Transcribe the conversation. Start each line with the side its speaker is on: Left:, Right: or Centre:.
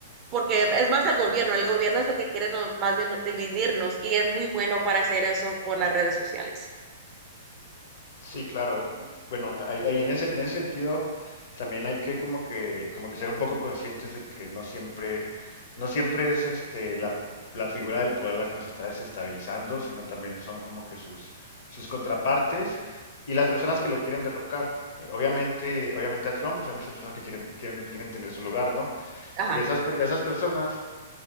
Right: porque es más el gobierno, el gobierno es el que quiere nos- más bien dividirnos y es muy bueno para hacer eso con las redes sociales.
Left: Sí, claro. Bueno, ahí- ahí en ese, en ese sentido también hay que como que, como que ser un poco conscientes de que no siempre, no siempre es este la, la figura del poder la que nos está desestabilizando, sino también son como que sus, sus contrapartes y las personas que lo quieren derrocar. Eh, Obviamente, obviamente a Trump, pues hay muchas personas que quieren, quieren, quieren tener su lugar, ¿no?
Right: Ajá,
Left: Y esas, per- y esas personas